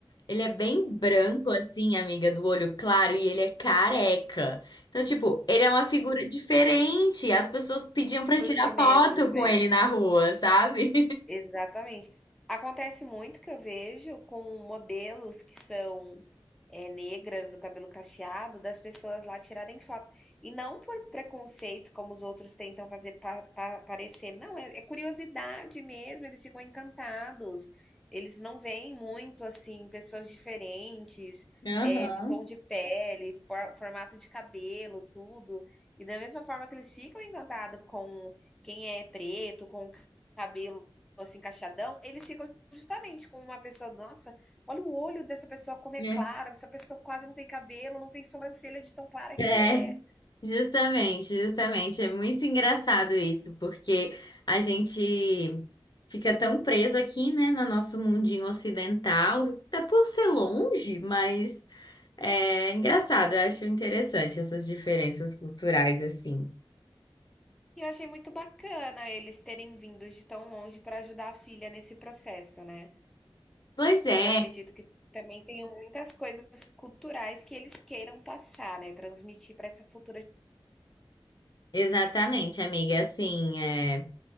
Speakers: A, on the left; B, in the centre.
A: ele é bem branco assim, amiga, do olho claro e ele é careca. Então, tipo, ele é uma figura diferente. As pessoas pediam pra
B: para
A: tirar
B: os chineses,
A: foto com
B: né?
A: ele na rua, sabe?
B: Exatamente. Acontece muito que eu vejo com modelos que são é, negras, do cabelo cacheado, das pessoas lá tirarem foto. E não por preconceito, como os outros tentam fazer pa- pa- parecer. Não, é, é curiosidade mesmo, eles ficam encantados. Eles não veem muito, assim, pessoas diferentes,
A: <laughs> Aham.
B: é, de tom de pele, for- formato de cabelo, tudo. E da mesma forma que eles ficam encantados com quem é preto, com o cabelo assim, encaixadão, eles ficam justamente com uma pessoa, nossa, olha o olho dessa pessoa como
A: É.
B: é clara, essa pessoa quase não tem cabelo, não tem sobrancelha de tão clara que
A: É.
B: é.
A: Justamente, justamente. É muito engraçado isso, porque a gente fica tão preso aqui, né, no nosso mundinho ocidental, até por ser longe, mas é engraçado. Eu acho interessante essas diferenças culturais, assim.
B: E eu achei muito bacana eles terem vindo de tão longe para ajudar a filha nesse processo, né?
A: Pois é,
B: Porque eu acredito que também tenham muitas coisas culturais que eles queiram passar, né? Transmitir para essa futura.
A: exatamente, amiga. Assim, é.